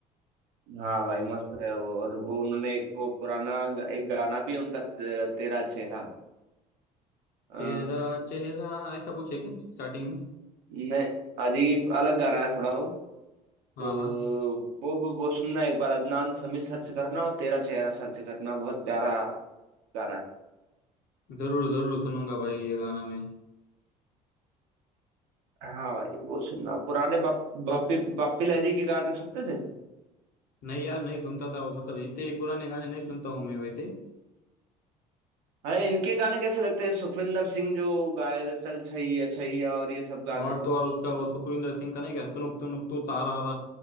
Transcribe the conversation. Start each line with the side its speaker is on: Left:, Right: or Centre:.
Right: हाँ भाई मस्त है वो और वो उन्होंने एक वो पुराना ग- एक गाना भी है उनका ते- तेरा चेहरा आ,
Left: तेरा चेहरा ऐसा कुछ है क्या स्टार्टिंग में
Right: मैं अजीब अलग गाना है थोड़ा वो
Left: हाँ
Right: तो
Left: हाँ
Right: वो वो वो सुनना एक बार अदनान समी सर्च करना और तेरा चेहरा सर्च करना बहुत प्यारा गाना है
Left: जरूर जरूर सुनूंगा भाई ये गाना मैं
Right: हाँ भाई वो सुनना पुराने बाप, बापी बापी लहरी के गाने सुनते थे
Left: नहीं यार नहीं सुनता था वो मतलब इतने ही पुराने गाने नहीं सुनता हूँ मैं वैसे
Right: अरे इनके गाने कैसे लगते हैं सुखविंदर सिंह जो गाए थे चल छैया छैया और ये सब गाने
Left: और तो और उसका वो सुखविंदर सिंह का नहीं क्या तुनुक तुनुक तू तारा रा